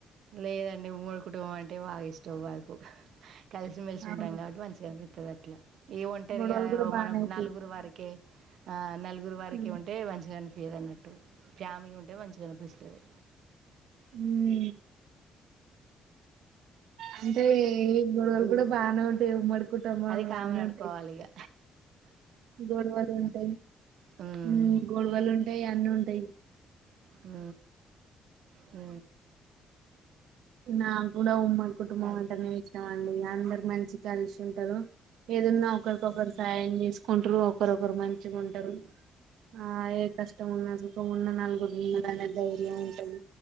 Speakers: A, on the right; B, on the right.
A: లేదండి ఉమ్మడి కుటుంబం అంటే బాగా ఇష్ తో వైపు కలిసి మెలిసి ఉంటాం
B: అవును
A: కాబట్టి మంచిగా అనిపిస్త అయితదట్ల ఈ ఒంటరిగా
B: గొడవలు కూడా బానే
A: మనం
B: అయితాయి
A: నలుగురు వరికే ఆ నలుగురు వరికే
B: ఉ
A: ఉంటే మంచిగా అనిపియ్యదన్నట్టు ఫ్యామిలీ ఉంటే మంచిగా అనిపిస్తుది
B: ఉమ్ అంటే గొడవలు కూడా బానే ఉంటాయి ఉమ్మడి కుటుంబంలో
A: అది కామన్
B: అన్ని
A: అనుకోకవాలి
B: ఉంటాయి
A: ఇక
B: గొడవలు ఉంటయ్
A: హ్మ్.
B: హుమ్ గొడవలు ఉంటయ్ అన్ని ఉంటయ్
A: హు హు
B: నాక్కూడా ఉమ్మడి కుటుంబం
A: రాజు
B: అంటెనే ఇష్టమండి అందరు మంచిగ కలిసి ఉంటారు ఏదున్నా ఒకరికొకరు సాయం చేసుకుంటరు ఒకరొకరు మంచిగుంటరు ఆ ఏ కష్టం ఉన్న సుఖం ఉన్న నలుగురు ఉన్నరనే ధైర్యం ఉంటది